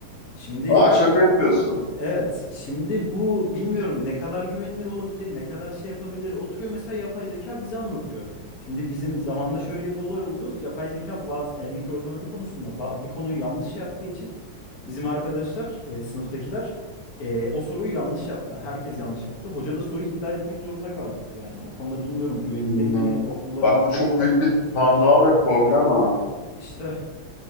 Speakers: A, on the left; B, on the left.
A: Şimdi
B: aa şaka yapıyorsun.
A: Evet, şimdi bu bilmiyorum ne kadar güvenilir olabilir, ne kadar şey yapabilir. Oturuyor mesela yapay zeka bize anlatıyor. Şimdi bizim zamanda şöyle bir olay oldu. Yapay zeka bazı e, mikroekonomi konusunda ba- bir konuyu yanlış şey yaptığı için bizim arkadaşlar, e, sınıftakiler e, o soruyu yanlış yaptılar. Herkes yanlış yaptı. Hoca da soruyu iptal etmek zorunda kaldı. Yani o konuda bilmiyorum güvenilir
B: Hmm.
A: mi, okulları
B: Bak
A: iyi
B: bu
A: mi
B: çok
A: etkiler,
B: büyük
A: kötü
B: bir
A: mü etkiler?
B: skandal ve problem ha.
A: İşte